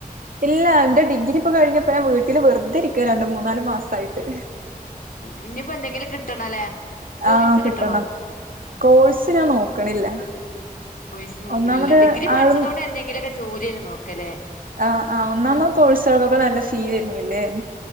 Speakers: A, on the right (about 70°); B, on the left (about 65°).
A: ഇല്ല ഇന്റെ ഡിഗ്രി ഇപ്പോ കഴിഞ്ഞപ്പോഞാൻ വീട്ടിൽ വെറുതെ ഇരിക്കാ രണ്ട് മൂന്നാല് മാസായിട്ട്
B: ഇനിയിപ്പന്തെങ്കിലും കിട്ടണല്ലേ കോഴ്സ്
A: ആഹ് കിട്ടണം
B: കിട്ടണോ
A: കോഴ്സ് ഞാൻ നോക്കണില്ല
B: പൈസ് നോക്കണില്ല
A: ഒന്നാമത്
B: ഡിഗ്രി പഠിച്ചതോടെ
A: ആരും
B: എന്തെങ്കിലുമൊക്കെ ജോലിയന്നെ നോക്കാല്ലേ.
A: ആ ആ ഒന്നാമത് കോഴ്സുകൾ ഒക്കെ നല്ല ഫീ വരുന്നില്ലേ.